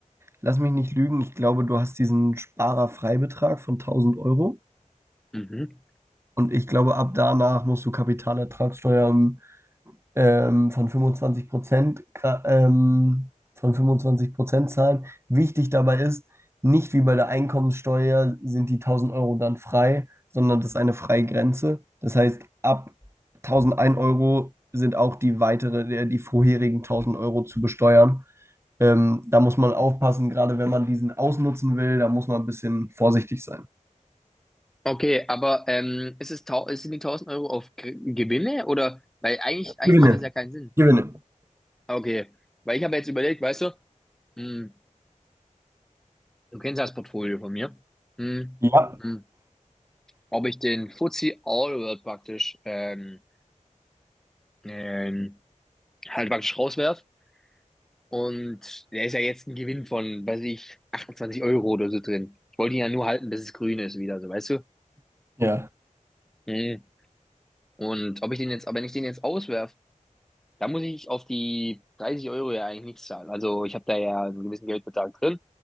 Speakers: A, on the right; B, in the centre.
A: lass mich nicht lügen, ich glaube, du hast diesen Sparerfreibetrag von tausend Euro
B: Mhm.
A: und ich glaube, ab danach musst du Kapitalertragssteuer ähm, ähm, von 25 Prozent, gra- ähm, von 25 Prozent zahlen. Wichtig dabei ist, nicht wie bei der Einkommenssteuer sind die 1000 Euro dann frei, sondern das ist eine Freigrenze. Das heißt, ab 1001 Euro sind auch die weitere, äh, die vorherigen 1000 Euro zu besteuern. Ähm, da muss man aufpassen, gerade wenn man diesen ausnutzen will, da muss man ein bisschen vorsichtig sein.
B: Okay, aber ähm, ist es tau sind die tausend Euro auf Gr- Gewinne oder? Weil eigentlich, eigentlich
A: Gewinne.
B: macht das ja keinen Sinn.
A: Gewinne.
B: Okay, weil ich habe jetzt überlegt, weißt du, mm, du kennst ja das Portfolio von mir, mm,
A: Ja.
B: mm, ob ich den FTSE All World praktisch ähm, ähm, halt praktisch rauswerf. Und der ist ja jetzt ein Gewinn von, weiß ich, 28 Euro oder so drin. Ich wollte ihn ja nur halten, bis es grün ist wieder, so, weißt du?
A: Ja.
B: Mhm. Und ob ich den jetzt, aber wenn ich den jetzt auswerf, da muss ich auf die 30 Euro ja eigentlich nichts zahlen. Also ich habe da ja einen gewissen Geldbetrag drin.